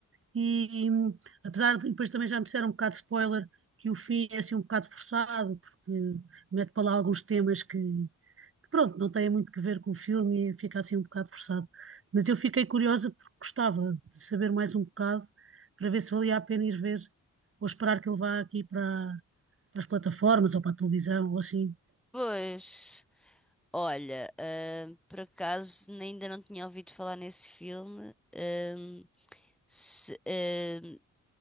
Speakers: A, on the right; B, in the centre.
A: E hum, apesar de, e depois também já me disseram um bocado de spoiler que o fim é assim um bocado forçado, porque mete para lá alguns temas que, que, pronto, não têm muito que ver com o filme e fica assim um bocado forçado. Mas eu fiquei curiosa porque gostava de saber mais um bocado para ver se valia a pena ir ver ou esperar que ele vá aqui para, para as plataformas ou para a televisão ou assim.
B: pois... Olha, ah, por acaso ainda não tinha ouvido falar nesse filme. ahm, se- ahm,